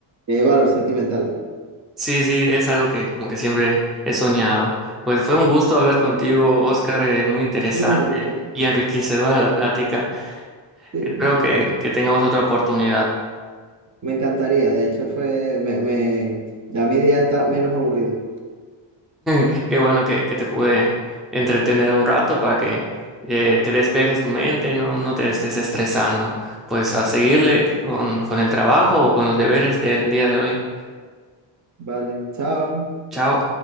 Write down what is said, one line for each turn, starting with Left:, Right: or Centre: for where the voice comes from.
Right: Tiene valor sentimental.
Centre: Sí, sí, es algo que como que siempre he soñado. Pues fue un gusto hablar contigo, Oscar, eh, muy interesante
Right: Igualmente,
Centre: y enriquecedora la plática.
Right: sí.
Centre: Espero que, que tengamos otra oportunidad.
Right: Me encantaría, de hecho fue, me, me, ya mi día está menos aburrido.
Centre: Qué bueno que, que te pude entretener un rato para que eh, te despejes tu mente, no, no te estés estresando. Pues a seguirle con, con el trabajo o con los deberes del día de hoy.
Right: Vale, chao.
Centre: Chao.